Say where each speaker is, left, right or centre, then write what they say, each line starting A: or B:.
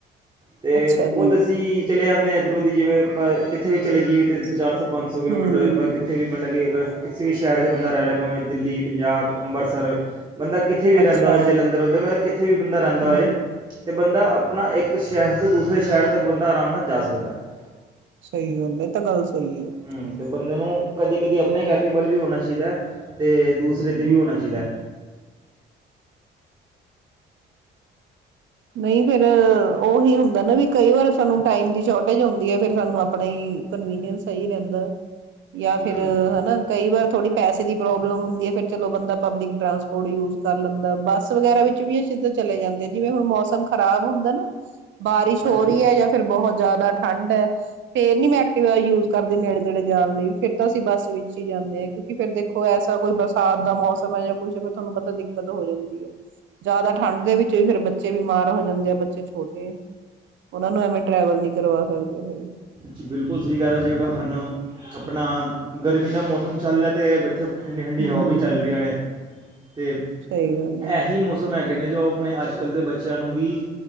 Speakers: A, on the right; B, on the right.
A: ਤੇ
B: ਅੱਛਾ
A: ਉਹ
B: ਜੀ
A: ਦਸੀ ਚਲੇ ਜਾਂਦੇ ਇੱਧਰੋਂ ਦੀ ਜਿਵੇਂ ਆਪਾਂ ਕਿੱਥੇ ਵੀ ਚਲੇ ਜਈਏ ਤਿੰਨ ਸੌ ਚਾਰ ਸੌ ਪੰਜ ਸੌ ਕਿਲੋਮੀਟਰ
B: ਹੂੰ
A: ਆਪਾਂ ਕਿੱਥੇ ਵੀ <unintelligible> ਕਿਸੇ ਵੀ ਸ਼ਹਿਰ ਦੇ ਬੰਦਾ ਰਹਿ ਲੈ ਪਾਵੇਂ ਦਿੱਲੀ ਪੰਜਾਬ ਅੰਮਬਰਸਰ ਬੰਦਾ ਕਿੱਥੇ ਵੀ ਰਹਿੰਦਾ
B: ਅੱਛਾ
A: ਹੋਏ ਜਲੰਧਰ ਰਂਦਰ ਮਤਲਬ ਕਿੱਥੇ ਵੀ ਬੰਦਾ ਰਹਿੰਦਾ
B: ਹੂੰ
A: ਹੋਵੇ ਤੇ ਬੰਦਾ ਣਾ ਇੱਕ ਸ਼ਹਿਰ ਤੋਂ ਦੂਸਰੇ ਸ਼ਹਿਰ ਤੱਕ ਬੰਦਾ ਆਰਾਮ ਨਾਲ ਜਾ ਸਕਦਾ ਏ
B: ਸਹੀ ਗੱਲ ਹੈ, ਏ ਤਾਂ ਗੱਲ ਸਹੀ ਹੈ
A: ਹਮ, ਤੇ ਬੰਦੇ ਨੂੰ ਕਦੀ ਕਦੀ ਆਪਣੇ ਕੈਪੇਬਲ ਵੀ ਹੋਣਾ ਚਾਹੀਦਾ ਤੇ ਦੂਸਰੇ 'ਤੇ
B: ਹੂੰ
A: ਵੀ ਹੋਣਾ ਚੀਦਾ ਏ
B: ਨਹੀਂ ਫਿਰ ਓਹੀ ਹੁੰਦਾ ਨਾ ਵੀ ਕਈ ਵਾਰ ਸਾਨੂੰ ਟਾੲਇਮ ਦੀ ਸ਼ੋਟੇਜ ਆਉਂਦੀ ਹੈ ਫਿਰ ਸਾਨੂੰ ਆਪਣਾ ਹੀ ਕਨਵੀਨੀਸ ਸਹੀ ਰਹਿੰਦਾ ਏ ਯਾਂ ਫਿਰ
A: ਹੂੰ
B: ਹਨਾ ਕਈ ਵਾਰ ਥੋੜ੍ਹੀ ਪੈਸੇ ਦੀ ਪ੍ਰੋਬਲਮ ਹੁੰਦੀ ਹੈ ਫਿਰ ਬੰਦਾ ਪਬਲਿਕ ਟਰਾਂਸਪੋਰਟ ਯੂਜ਼ ਕਰ ਲੈਂਦਾ ਬੱਸ ਵਗੈਰਾ ਵਿੱਚ ਵੀ ਅਸਿ ਧ ਚਲੇ ਜਾਂਦੇ ਜਿਵੇਂ ਹੁਣ ਮੌਸਮ ਖ਼ਰਾਬ ਹੁੰਦਾ ਨਾ ਬਾਰਿਸ਼
A: ਹਾਂਜੀ
B: ਹੋ ਰਹੀ ਹੈ ਯਾਂ ਫਿਰ ਬਹੁਤ ਜਿਆਦ ਜ਼ਿਆਦਾ ਠੰਢ ਏ ਫੇਰ ਨੀ ਮੈ ਐਕਟਿਵਾ ਯੂਜ ਕਰਦੀ ਨੇੜੇ ਤੇੜੇ ਜਾਣ ਲਈ ਫੇਰ ਤਾਂ ਅਸੀਂ ਬੱਸ ਵਿੱਚ ਹੀ ਜਾਂਦੇ ਹਾਂ ਕਿਉਂਕਿ ਫੇਰ ਦੇਖੋ ਐਸਾ ਕੋਈ ਬਰਸਾਤ ਦਾ ਮੌਸਮ ਹੈ ਜਾਂ ਕੁੱਛ ਫਿਰ ਤੁਹਾਨੂੰ ਪਤਾ ਦਿੱਕਤ ਹੋ ਜਾਂਦੀ ਹੈ ਜ਼ਿਆਦਾ ਠੰਢ ਦੇ ਵਿੱਚ ਹੀ ਫੇਿਰ ਬੱਚੇ ਬੱਚੇ ਬਿਮਾਰ ਹੋ ਜਾਂਦੇ ਆ ਬੱਚੇ ਛੋਟੇ ਏ ਉਹਨਾਂ ਨੂੰ ਐਵੇਂ ਟਰੈਵਲ ਨਹੀਂ ਕਰਵਾ ਸਕਦੇ ਫੇਰ
A: ਜੀ ਬਿਲਕੁਲ ਸਹੀ ਕਹਿ ਰਹੇ ਹੋ ਜੇਵੇ ਸਾਨੂੰ ਆਪਣਾ ਗਰਮੀ ਦਾ ਮੌਸਮ ਚੱਲਆ ਤਾਂ ਇਹ ਬੈਠੇ ਬਿਠਾ ਠੰਡੀ ਠੰਡੀ
B: ਹੂੰ,
A: ਹਵਾ ਵੀ ਚੱਲ ਰੀਆਂ ਨੇ ਅਤੇ
B: ਸਹੀ ਗੱਲ ਆ।
A: ਐ ਹੀ ਮੌਸਮ ਹੈ ਕੈੰਦੇ ਜੋ ਓਹ ਆਪਣੇ ਅੱਜ ਕੱਲ੍ਹ ਦੇ ਬੱਚਿਆਂ ਨੂੰ ਵੀ